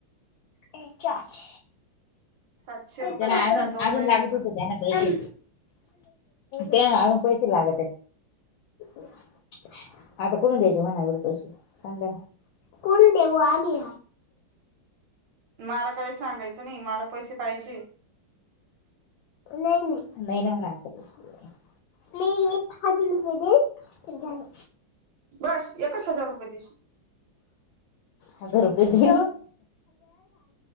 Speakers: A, on the left; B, on the right.
A: रिचार्ज
B: सातशे रुपये
A: <inaudible> त्याला
B: लागतात
A: अजून
B: दोन
A: अजून
B: महिन्याचं
A: लागतच होते ना पैसे ते अजून पैसे लागते आता कूटूनन द्यायचे म्हण एवढे पैसे? सांग त्यला कोण देऊ आम्ही
B: मला काही सांगायचं नाही, मला पैसे पाहिजे.
A: नाही-नाही. नाही ना म्हणा आता पैसे मी हजल रूपे दिन म झालं.
B: बस एकच हजार रुपय देशील?
A: हजार रुपय दि